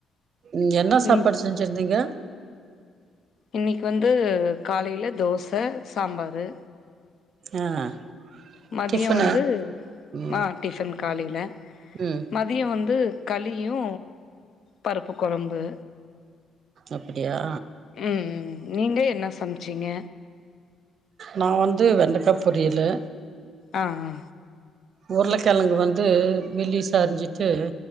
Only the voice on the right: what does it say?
ம் என்னா சாப்பாடு
செஞ்சிருந்தீங்க
ஆ
டிஃபனு
ம்
ம்
அப்பிடியா
நா வந்து வெண்டக்கா பொரியலு
உருளக்கிழங்கு வந்து மெல்லிசா அரிஞ்சிட்டு